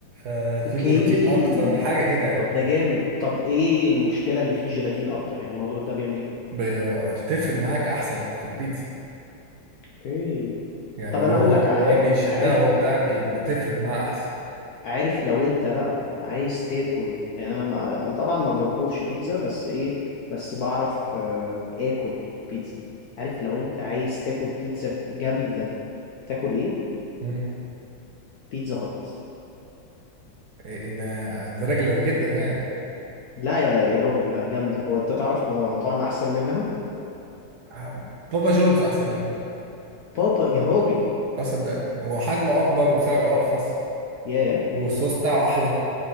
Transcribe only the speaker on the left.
اوكي
طب ده جامد طب ايه المشكلة ان فيه جيلاتين اكتر يعني الموضوع ده بيعمل ايه
اوكي
طب
انا اقول لك على
حاجة
عارف
عارف لو انت بقى عايز تاكل يعني انا ما- أنا طبعا ما بطبخش بيتزا بس ايه بس بعرف آه، اكل بيتزا عارف لو انت عايز تاكل بيتزا جامدة تاكل ايه
بيتزا هات
لا يا يا راجل لا جامدة هو انت تعرف م- مطاعم احسن منها
بابا يا راجل
ياه